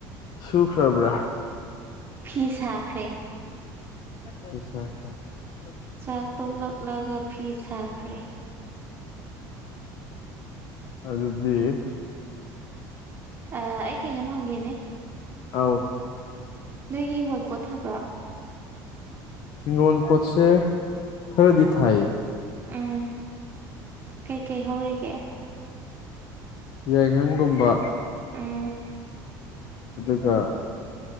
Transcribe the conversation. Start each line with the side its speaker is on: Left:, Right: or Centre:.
Left: ꯁꯨꯈ꯭ꯔꯕ꯭ꯔꯥ
Right: ꯐꯤ ꯁꯥꯈ꯭ꯔꯦ
Left: <unintelligible>
Right: ꯆꯥꯛ ꯇꯣꯛꯂꯛꯂꯒ ꯐꯤ ꯁꯥꯈ꯭ꯔꯦ
Left: ꯑꯗꯨꯗꯤ
Right: ꯑ ꯑꯩ ꯀꯩꯅꯣꯝ ꯍꯪꯒꯦꯅꯦ
Left: ꯑꯥꯎ
Right: ꯅꯣꯏꯒꯤ ꯍꯤꯡꯒꯣꯜꯟ ꯄꯣꯠꯊꯥꯕ꯭ꯔꯣ
Left: ꯍꯒꯣꯜ ꯄꯣꯠꯁꯦ ꯈꯔꯗꯤ ꯊꯥꯏ
Right: ꯎꯝ ꯀꯩ ꯀꯩ ꯍꯧꯔꯤꯒꯦ
Left: ꯌꯥꯏꯉꯪ ꯒꯨꯝꯕ
Right: ꯎꯝ
Left: ꯑꯗꯨ ꯀ